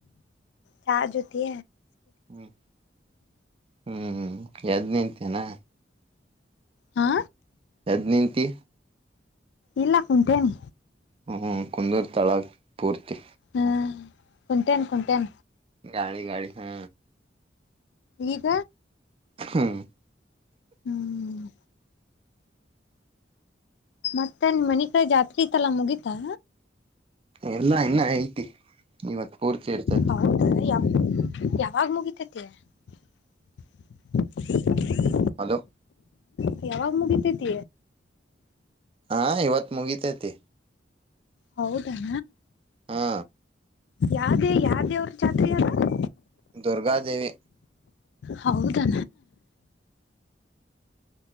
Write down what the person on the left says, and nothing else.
ಚಾ ಜ್ಯೊತಿ
ಹಾ
ಇಲ್ಲ ಕುಂಟೇನೆ
ಹ್ಮ್ ಕುಂಟೇಣ ಕುಂಟೇಣ
ಈಗ
ಹ್ಮ್ ಮತ್ತೆ ನಿ ಮನ ಕಡೆ ಜಾತ್ರೆ ಇತ್ತಲ್ಲ ಮುಗೀತಾ
ಹೌದ ಯಾವ ಯಾವಾಗ ಮುಗಿತತಿ <unintelligible>
ಹ ಯಾವಾಗ ಮುಗಿದ್ದೇ ತ
ಹೌದಣ
ಯಾವ್ದೇ ಯಾವ್ದೇ ದೇವರ ಜಾತ್ರೆ ಮಧು
ಹೌದಾ